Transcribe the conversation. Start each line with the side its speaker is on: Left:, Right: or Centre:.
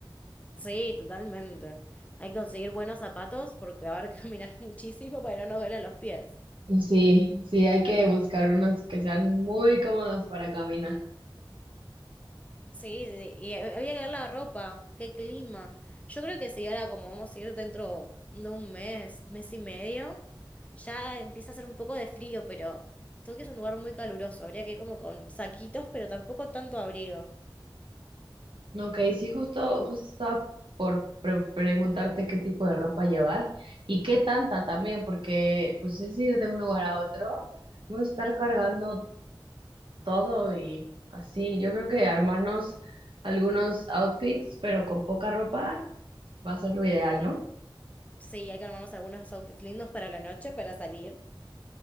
Left: Sí, totalmente. Hay que conseguir buenos zapatos porque va a haber que <laughs> caminar muchísimo para no doler los pies.
Right: Sí, sí, hay que buscar unos que sean muy cómodos para caminar.
Left: Sí, sí, sí, y había que ver la ropa, qué clima. Yo creo que sí, ahora como vamos a ir dentro de un mes, mes y medio, ya empieza a hacer un poco de frío, pero Tokio es un lugar muy caluroso, habría que ir como con saquitos, pero tampoco tanto abrigo.
Right: No, Ok, sí, justo, justo estaba por pre- preguntarte qué tipo de ropa llevar y qué tanta también, porque pues es ir de un lugar a otro, vamos a estar cargando todo y así. Yo creo que armarnos algunos outfits, pero con poca ropa, va a ser lo ideal, ¿no?
Left: Sí, hay que armarnos algunos outfits lindos para la noche, para salir